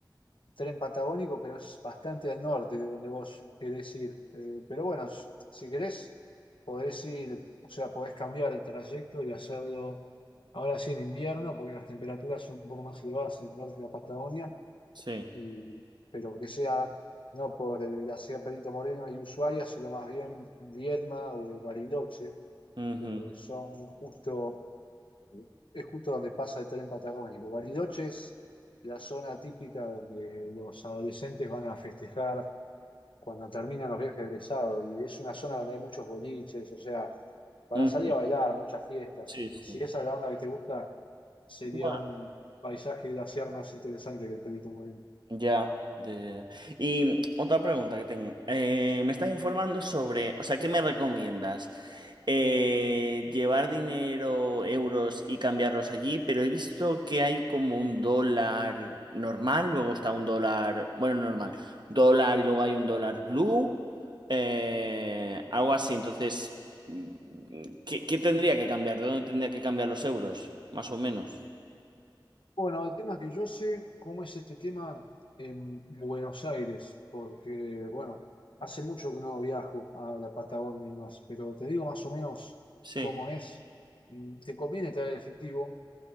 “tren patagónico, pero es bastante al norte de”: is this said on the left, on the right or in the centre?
Left